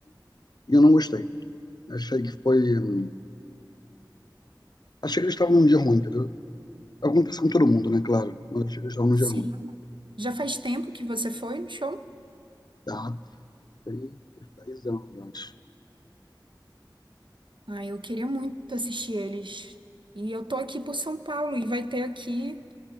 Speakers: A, on the left; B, on the right.
A: e eu não gostei. Achei que foi. hum, Achei que eles estavam num dia ruim, entendeu? Acontece com todo mundo, né? Claro. Mas achei que eles estavam
B: Sim.
A: num dia ruim.
B: Já faz tempo que você foi no show?
A: Tá, tem uns 10 anos, eu acho.
B: Ah, eu queria muito assistir eles. E eu tô aqui por São Paulo e vai ter aqui